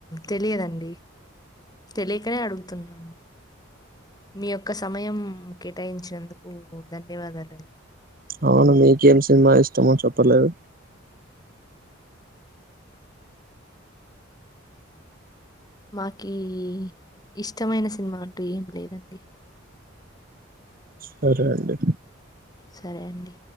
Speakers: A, on the left; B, on the right.
A: తెలియదండి. తెలియకనే అడుగుతున్నాను. మీ యొక్క సమయం కేటాయించినందుకూ ధన్యవాదాలం
B: అవును మీకేం సినిమా ఇష్టమో చెప్పలేదు.
A: మాకీ ఇష్టమైన సినిమా అంటూ ఏం లేదండి.
B: సరే అండి
A: సరే అండి